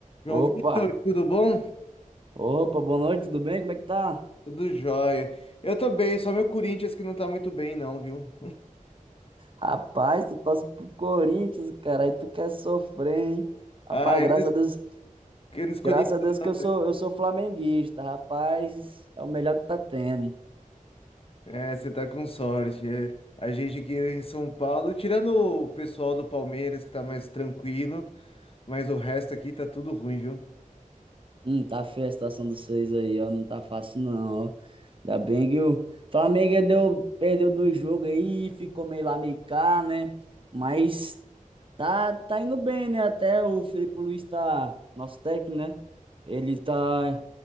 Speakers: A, on the left (about 45°); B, on the right (about 40°).
A: João
B: Opa,
A: Vitor, tudo bom?
B: opa, boa noite, tudo bem? Como é que tá?
A: Tudo jóia. Eu tô bem, só meu Corinthians que não tá muito bem, não, viu?
B: Rapaz, tu torce pro Corinthians, cara, aí tu quer sofrer, hein? Rapaz,
A: Ah, eu
B: graças
A: não,
B: a Deus,
A: eu não escolhi
B: graças
A: isso,
B: a Deus
A: não,
B: que eu sou,
A: velho.
B: eu sou flamenguista, rapaz, é o melhor que tá tendo.
A: É, você tá com sorte. é. A gente aqui em São Paulo, tirando o pessoal do Palmeiras que tá mais tranquilo, mas o resto aqui tá tudo ruim, viu?
B: Hum, tá feia a situação dos seis aí, ó. Não tá fácil, não, ó. Ainda bem que o Flamengo deu, perdeu dois jogos aí, ficou meio lá, meio cá, né? Mas tá, tá indo bem, né? Até o Felipe Luiz tá, nosso técnico, né? Ele tá.